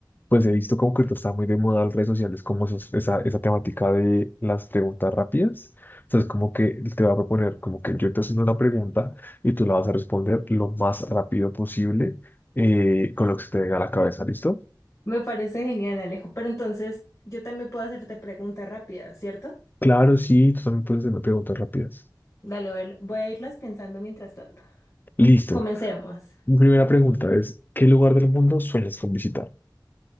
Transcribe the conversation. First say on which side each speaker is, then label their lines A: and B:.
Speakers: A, on the left (about 25°); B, on the left (about 40°).
A: pues he visto como que ahorita está muy de moda en las redes sociales como esos- esa, esa temática de las preguntas rápidas. Entonces como que te voy a proponer como que yo te haciendo una pregunta y tú la vas a responder lo más rápido posible eh, con lo que se te venga a la cabeza, ¿listo?
B: Me parece genial, Alejo. Pero entonces yo también puedo hacerte preguntas rápidas, ¿cierto?
A: Claro, sí, tú también puedes hacerme preguntas rápidas.
B: Dale, voy a voy a irlas pensando mientras tanto.
A: Listo.
B: Comencemos.
A: Mi primera pregunta es, ¿qué lugar del mundo sueñas con visitar?